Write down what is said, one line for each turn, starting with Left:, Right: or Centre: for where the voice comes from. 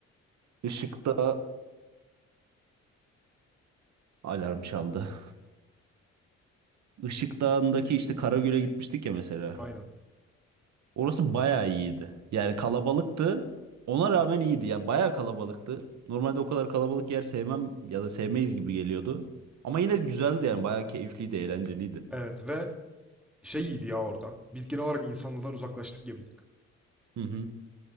Right: ışıkta alarm çaldı. Işık Dağı'ndaki işte Karagöl'e gitmiştik ya mesela.
Centre: Aynen.
Right: Orası bayağı iyiydi. Yani kalabalıktı. Ona rağmen iyiydi ya. Bayağı kalabalıktı. Normalde o kadar kalabalık yer sevmem ya da sevmeyiz gibi geliyordu. Ama yine güzeldi yani. Bayağı keyifliydi, eğlenceliydi.
Centre: Evet ve şey iyiydi ya orada. Biz genel olarak insanlardan uzaklaştık ya birazcık.
Right: Hı hı.